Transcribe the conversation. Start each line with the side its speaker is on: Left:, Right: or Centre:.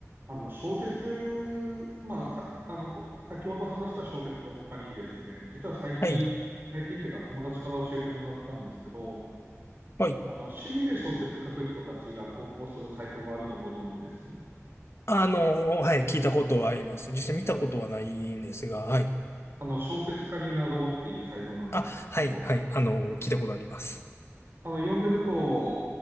Right: あの小説、まあ、さ、あの、こ先ほど話した小説の他にですね、実は最近、
Left: はい。
Right: 最近っていうか友達から教えてもらったんですけど、
Left: はい。
Right: あの、趣味で小説書く人たちが投稿するサイトがあるのご存知です
Left: あの、はい。聞いたことはあります。実際見たことはないんですが、はい。
Right: あの、小説家になろうっていうサイトなんですけど、
Left: あ、はい。はい。あの、聞いたことあります。
Right: あの、読んでると、